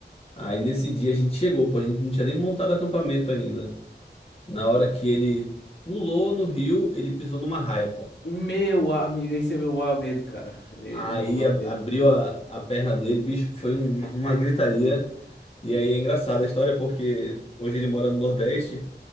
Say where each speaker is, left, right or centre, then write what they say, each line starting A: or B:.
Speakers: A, on the left (about 35°); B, on the left (about 80°).
A: Aí nesse dia a gente chegou, pô, a gente não tinha nem montado acampamento ainda. Na hora que ele pulou no rio, ele pisou numa raia, pô.
B: Meu amigo, esse é o meu maior medo, cara. E-
A: Aí
B: O meu maior
A: a-
B: medo.
A: abriu a, a perna dele, bicho, foi um, uma, uma gritaria. E aí é engraçada a história porque hoje ele mora no Nordeste.